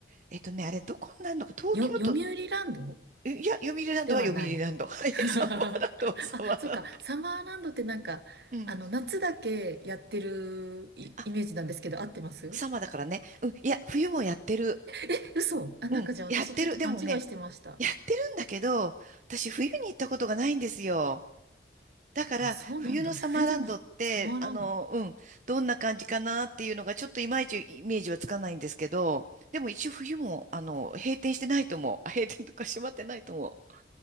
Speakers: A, on the right; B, on the right.
A: えっとね、あれ、どこになるのか、東京都、
B: よ、読売ランド
A: えいや、読売ランドは読売ランド。
B: ではない。
A: <laughs> はい、
B: <laughs>
A: サマーランドはサマーランド。
B: あ、そっか。サマーランドってなんか、
A: うん。
B: あの、夏だけやってるイ、
A: あ、
B: イメージなんですけど、合ってます
A: サマーだからね。うん。いや、冬もやってる。
B: え嘘。あ、なんかじゃあ私ちょっと勘違いしてました。
A: うん。やってる。でもね、やってるんだけど、私、冬に行ったことがないんですよ。だから、
B: あ、そうなんだ。
A: 冬のサマーランドって、
B: 冬でもサマーランド。
A: あの、うん、どんな感じかなっていうのが、ちょっといまいちイメージはつかないんですけど、でも一応冬も、あの、閉店してないと思う。閉店とか閉まってないと思う。